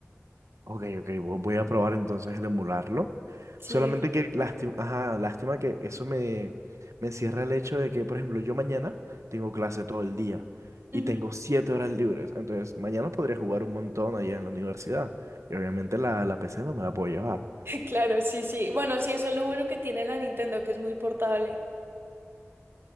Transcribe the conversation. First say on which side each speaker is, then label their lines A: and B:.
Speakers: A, on the right; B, on the right.
A: Ok, ok, vo- voy a probar entonces el emularlo.
B: Sí.
A: Solamente que lástima, ajá, lástima que eso me, me cierra el hecho de que, por ejemplo, yo mañana tengo clase todo el día y
B: Ujú.
A: tengo siete horas libres. Entonces, mañana podría jugar un montón allá en la universidad. Y obviamente la, la PC no me la puedo llevar.
B: <laughs> Claro, sí, sí. Bueno, sí, eso es lo bueno que tiene la Nintendo, que es muy portable.